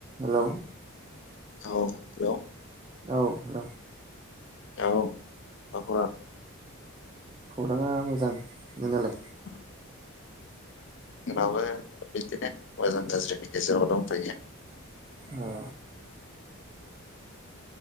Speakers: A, on the right (about 20°); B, on the left (about 55°).
A: हेल'
B: औ
A: औ हेलौ
B: औ मा खौरां
A: खौरांङा मोजां
B: <unintelligible>
A: नोंनालाय
B: बिदिनो मोजां गाज्रिनि गेजेराव दंफायो
A: औ